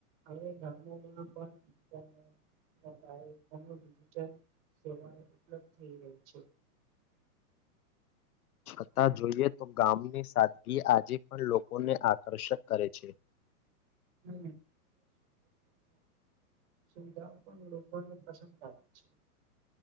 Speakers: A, on the right; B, on the left.
A: હવે ગમોમાં પણ મોબાઈલ અને ડિજિટલ સેવા ઉપલબ્ધ થઈ રહી છે
B: છતાં જોઈએ તો ગામની સાદગી આજે પણ લોકોને આકર્ષક કરે છે
A: હમ સુવિધાઓ પણ લોકોને પસંદ આવે છે